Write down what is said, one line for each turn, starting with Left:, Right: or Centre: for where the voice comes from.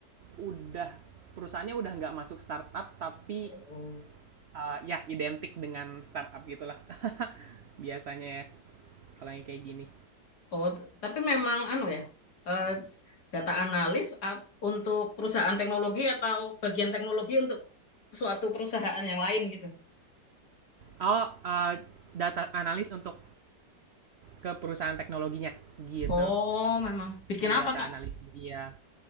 Right: udah perusahaannya udah nggak masuk startup tapi,
Left: Oh.
Right: eee, ya identik dengan startup gitulah <laughs> biasanya ya kalau yang kayak gini.
Left: Oh, t- tapi memang anu ya, eh, data analis ap- untuk perusahaan teknologi atau bagian teknologi untuk suatu perusahaan yang lain gitu.
Right: Oh, eee, data analis untuk ke perusahaan teknologinya gitu.
Left: Oh, memang. Bikin
Right: Jadi
Left: apa,
Right: data
Left: Kak?
Right: analis iya.